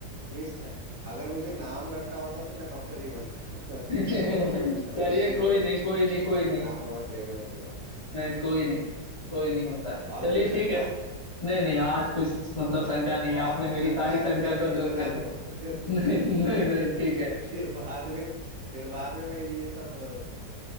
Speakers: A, on the right (about 65°); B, on the left (about 50°).
A: लिस्ट है अगर मुझे नाम रट्टा होता तो मैं डॉक्टर ही बनता <laughs>
B: <laughs> चलिए
A: अम, इसलिए
B: कोई नहीं कोई नहीं
A: इसके
B: कोई नहीं
A: नाम बहुत टेढ़े मेढ़े हैं यार
B: अ, कोई
A: चलो
B: नहीं कोई नहीं होता है
A: और
B: चलिए
A: कोई शंका
B: ठीक है नहीं नहीं आज कुछ मतलब शंका नहीं है
A: और
B: आपने
A: कोई
B: मेरी
A: शंका
B: सारी शंका
A: है तो भाई
B: को
A: अभी
B: दूर
A: बजा
B: कर
A: लो
B: दी
A: <laughs> नहीं
B: <laughs> नहीं नहीं नहीं
A: तो
B: ठीक है
A: फिर बाद में फिर बाद में मैं ये सब